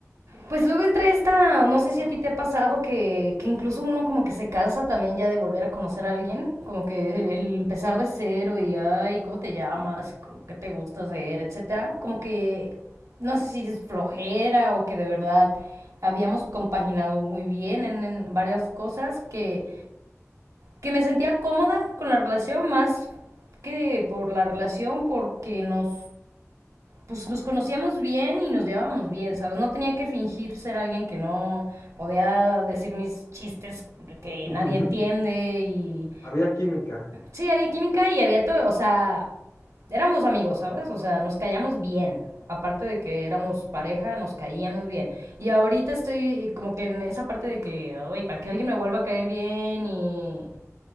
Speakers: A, on the right; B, on the left.
A: Pues luego entra esta, no sé si a ti te ha pasado que, que incluso uno como que se cansa también ya de volver a conocer a alguien, como que el empezar de cero y ay, ¿cómo te llamas? ¿Qué te gusta hacer? Etcétera. Como que no sé si es flojera o que de verdad habíamos compaginado muy bien en, en varias cosas que, que me sentía cómoda con la relación más que por la relación porque nos pues nos conocíamos bien y nos llevábamos bien, ¿sabes? No tenía que fingir ser alguien que no podía decir mis chistes que
B: <laughs>
A: nadie entiende y
B: Había química.
A: sí, había química y había todo, o sea, éramos amigos, ¿sabes? O sea, nos callamos bien. Aparte de que éramos pareja, nos caíamos bien. Y ahorita estoy como que en esa parte de que, oye, para que alguien me vuelva a caer bien y...